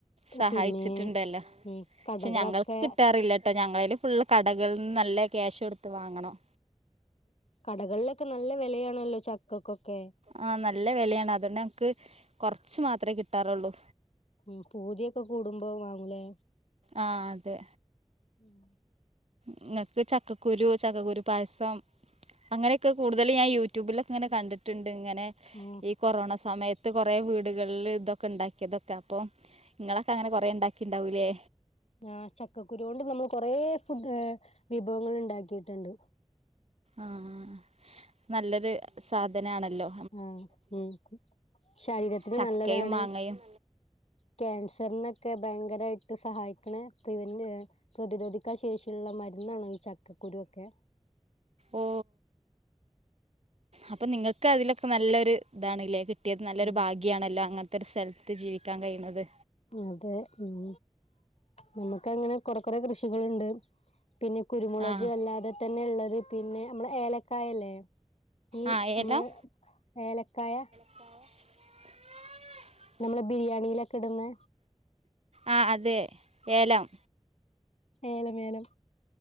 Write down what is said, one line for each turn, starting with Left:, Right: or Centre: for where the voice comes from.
Right: സഹായിച്ചിട്ടുണ്ടല്ലോ
Left: പിന്നെ ഉം കടകളൊക്കെ
Right: പക്ഷെ ഞങ്ങൾക്ക് കിട്ടാറില്ല കേട്ടോ ഞങ്ങളല് ഫുള് കടകളിൽ നിന്ന് നല്ല ക്യാഷ് കൊടുത്ത് വാങ്ങണം
Left: കടകളിലൊക്കെ നല്ല വിലയാണല്ലോ ചക്കൾക്കൊക്കെ
Right: ആഹ നല്ല വിലയാണ് അതുകൊണ്ട് നമക്ക് കൊറച്ച മാത്രമേ കിട്ടാറുള്ളൂ
Left: ഉ പൂതിയൊക്കെ കൂടുമ്പോ വാങ്ങൂലേ
Right: ആഹ് അതെ
Left: ഉം
Right: നിങ്ങക്ക് ചക്കക്കുരു ചക്കക്കുരു പായസം അങ്ങനെയൊക്കെ കൂടുതൽ ഞാൻ യൂട്യൂബിലൊക്ക ഇങ്ങനെ കണ്ടിട്ടുണ്ട് ഇങ്ങനെ
Left: ഉം
Right: കൊറോണ സമയത്ത് കൊറേ വീടുകളിൽ ഇതൊക്കെ ഉണ്ടാക്കിയതൊക്കെ അപ്പൊ നിങ്ങളൊക്കെ അങ്ങനെ കുറെേ ഉണ്ടാക്കി ഉണ്ടാവൂല്ലേ
Left: ആ് ചക്കക്കുരു കൊണ്ട് നമ്മൾ കൊറെേ ഫുഡ് വിഭവങ്ങൾ ഉണ്ടാക്കിയിട്ടുണ്ട്
Right: ആഹ് നല്ലൊരു സാധന ആണല്ലോ
Left: ആഹ് ഉ ശരീരത്തിന്
Right: ചക്കയും
Left: നല്ലതാണ്
Right: മാങ്ങയും
Left: ക്യാൻസറിനൊക്കെ ഭയങ്കരമായിട്ട് സഹായിക്കണ ഇവന്റ് പ്രതിരോധിക്കാൻ ശേഷിയുള്ള മരുന്നാണോ ഈ ചക്കക്കുരുൊക്കെ
Right: ഓ അപ്പൊ നിങ്ങൾക്ക് അതിലൊക്കെ നല്ലൊരു ഇതാണല്ലേ കിട്ടിയത് നല്ലൊരു
Left: ഉം
Right: ഭാഗ്യാണല്ലോ അങ്ങനത്തെ ഒരു സ്ഥലത്ത് ജീവിക്കാൻ കഴിയുന്നത്
Left: അതെ ഉം നമുക്ക അങ്ങനെ കൊറെ കൊറെ കൃഷികൾുണ്ട് പിന്നെ കുരുമുളക്
Right: ആഹ്
Left: അല്ലാതെ തന്നെ ഉള്ളത് പിന്നെ നമ്മടെ ഏലക്കായ അല്ലേ ഈ
Right: ആഹ്
Left: നമ്മള്
Right: ഏലം
Left: ഏലക്കായ
Right: <unintelligible> <inaudible>
Left: നമ്മെ ബിരിയാണിയിലൊക്കെ ഇടന്ന്
Right: ആ അതെ ഏലം
Left: ഏലം ഏലം